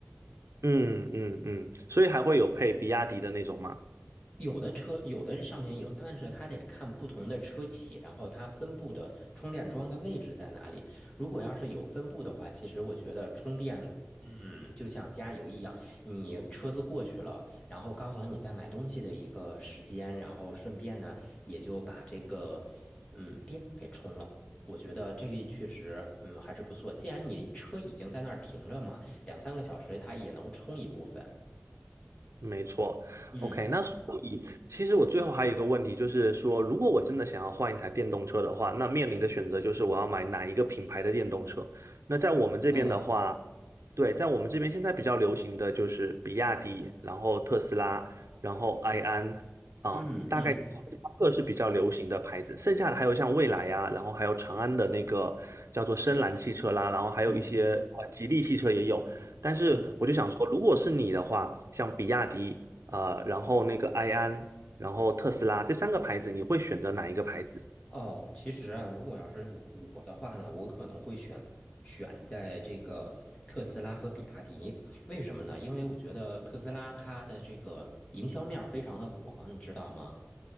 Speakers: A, on the right; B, on the left.
A: 嗯嗯嗯，所以还会有配比亚迪的那种吗？
B: 有的车有的上面有，但是它得看不同的车企，然后它分布的充电桩的位置在哪里。如果要是有分布的话，其实我觉得充电，嗯，就像加油一样，你车子过去了，然后刚好你在买东西的一个时间，然后顺便呢也就把这个嗯电给充了。我觉得这个确实，嗯，还是不错。既然你车已经在那儿停着嘛，两三个小时它也能充一部分。
A: 没错，OK，
B: 嗯
A: 那所以其实我最后还有一个问题，就是说，如果我真的想要换一台电动车的话，那面临的选择就是我要买哪一个品牌的电动车。那在我们这边的话，
B: 嗯
A: 对，在我们这边现在比较流行的就是比亚迪，然后特斯拉，然后埃安啊，
B: 嗯嗯
A: 大概这三个是比较流行的牌子，剩下的还有像蔚来呀、然后还有长安的那个叫做深蓝汽车啦，然后还有一些呃吉利汽车也有。
B: 嗯。
A: 但是我就想说，
B: 嗯
A: 如果是你的话，像比亚迪，呃，然后那个埃安，然后特斯拉这三个牌子，你会选择哪一个牌子？
B: 哦，其实啊，如果要是我我的话呢，我可能会选选在这个特斯拉和比亚迪。为什么呢？因为我觉得特斯拉它的这个营销面儿非常的广，你知道吗？